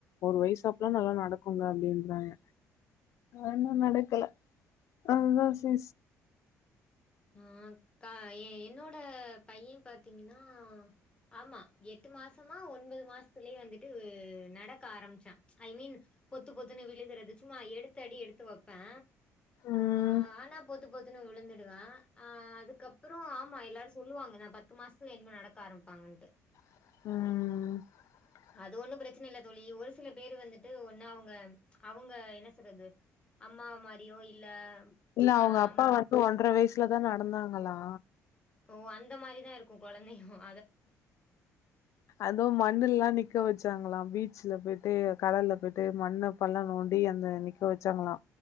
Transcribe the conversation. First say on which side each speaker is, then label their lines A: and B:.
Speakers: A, on the left; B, on the left.
A: ஒரு வயசாப்பல நல்லா நடக்குங்க அப்டின்றாங்க இன்னு நடக்கல அதா சே
B: ஆ க்கா எ என்னோட பைய பாத்தீங்கன்னா ஆமா எட்டு மாசமா ஒன்பது மாசத்துலயே வந்துட்டு நடக்க ஆரம்பிச்சே ஐ மீன் பொத்து பொத்துன்னு விழுகறது சும்மா எடுத்தடி எடுத்து வைப்பே
A: ம்.
B: ஆ ஆனா பொத்து பொத்து ன்னு விழுந்துடுவா ஆ அதுக்கப்புற ஆமா எல்லாரு சொல்லுவாங்க தா பத்து மாசத்துல ன்னிமே நடக்க ஆரம்பிப்பாங்கட்டு
A: ம் ம்
B: அது ஒன்னு பிரச்சனை இல்ல தோழி ஒரு சில பேரு வந்துட்டு ஒன்னு அவுங்க அவுங்க என்ன சொல்றது அம்மா மாரியோ இல்ல
A: இல்ல
B: ஆ
A: அவுங்க அப்பா
B: அம்-
A: வந்து ஒன்றரை வயசு ல தா நடந்தாங்களா
B: ஓ அந்த மாரிதா இருக்கும் கொழந்தைகளும்
A: அதுவு மண்ணுலல நிக்க வச்சாங்களாம் பீச் சில போயிட்டு கடல்ல போயிட்டு மண்ண பள்ள நோண்டி அந்த நிக்க வச்சாங்கலா